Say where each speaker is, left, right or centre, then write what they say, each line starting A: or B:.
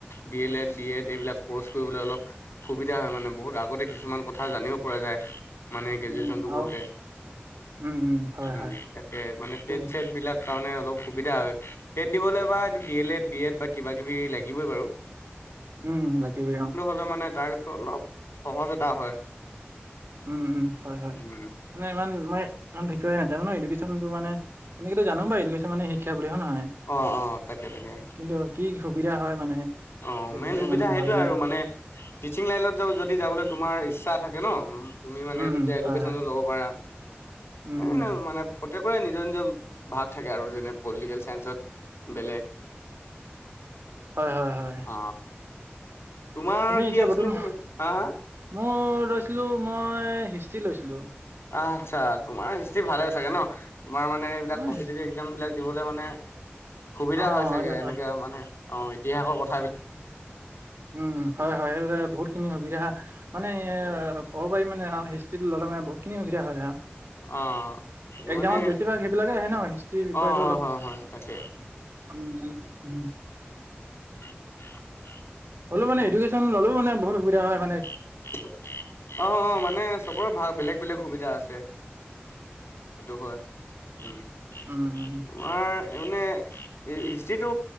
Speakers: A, on the left (about 85°); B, on the right (about 75°).
A: D L Ed D Ed এইবিলাক প'ৰ্চ। অলপ সুবিধা হয় মানে বহুত আগতে কিছুমান কথা জানিব পৰা যায়। মানে গ্ৰেজুৱেচন
B: উম
A: টো কৰোতে
B: আৰু উম হয়
A: উম
B: হয়
A: তাকে মানে ট
B: উম
A: চছেট বিলাক। কাৰণে অলপ সুবিধা হয় টেট দিবলৈ বা এই D L Ed B Ed বা কিবা কিবি লাগিবই বাৰু।
B: উম উম লাগিবই আৰু।
A: লে মানে তাৰ বিষয়ে অলপ সহজ এটা হয়।
B: উম উম হয় হয়
A: উম
B: মানে ইমান মই। অ বিষয় ন নয় এডেশ্যনটো মানে তেনেকেতটো জানো বুডেশ্যন মান শিক্ষা। বুলি হয় নহয়
A: অ অ তাকে তাকে
B: কিন্তু কি সুবিধা হয় মানে।
A: অ
B: সেই
A: মেইন
B: বিষয়ে
A: সুবিধা
B: ইমান
A: সেইটোৱে
B: ভালকে
A: আৰু মানে, টিচিং লাইনত যাব যদি যাবলৈ তোমাৰ ইচ্ছা থাকে ন। উ তুমি মানে
B: উম
A: যেতিয়া
B: উম
A: এডুকেছন
B: হয় হয়
A: ল'ব পাৰা
B: উম
A: এ
B: উম
A: মানে। প্ৰতক নিজৰ নিজৰ ভাগ থাকে আৰু যেনে পলিটিকেল চাইসত। বেলেগ,
B: হয় হয় হয়
A: অ। তোমাৰ
B: তুমি এতিয়া
A: কি আছিলে
B: বৰ্তমান,
A: কি হা হা
B: মোৰ লৈছিলো মই হিষ্ট্ৰী লৈছিলো।
A: আচ্ছা তোমাৰ হিষ্ট্ৰী ভালে চাগে ন, তোমাৰ মানে এইবিলাক
B: অ
A: কম্পিটেটিভ
B: হিষ্ট
A: এক্সামবিলাক দিবলৈ মানে। সুবিধা
B: অ
A: হয় চাগে
B: সেইটো
A: এনেকে মানে অ ইতিহাসৰ ক।
B: উম হয় হয় সেই বহুত খিনি সুবিধা মানে। অঁ বাৰ মান হিষ্ট্ৰীত ল' মানে বহুতখিনি সুধা আৰু।
A: অ
B: একজামত
A: মানে
B: বেছিভাগ সেইবিলাকে আহে ন হিষ্ট্ৰীৰ বিষয়তো
A: অ হয়
B: অলপ।
A: হয় হয় তাকে
B: উম উম।
A: হয়।
B: হ'লে মানে এডুকেশ্যন ললেও মানে বহুত সুবিধা হয় মে
A: অ অ মানে চবৰে ভাল বেলেগ বেলেগ সুবিধা আছে সেইটো হয় উম
B: উম উম।
A: তোমাৰ মানে হিষ্ট্ৰিটো